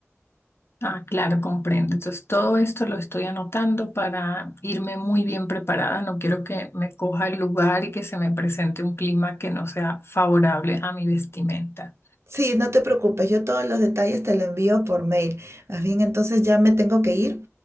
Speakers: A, on the left; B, on the right.
A: Ah, claro, comprendo. Entonces, todo esto lo estoy anotando para irme muy bien preparada. No quiero que me coja el lugar y que se me presente un clima que no sea favorable a mi vestimenta.
B: Sí, no te preocupes, yo todos los detalles te lo envío por mail. Más bien, entonces ya me tengo que ir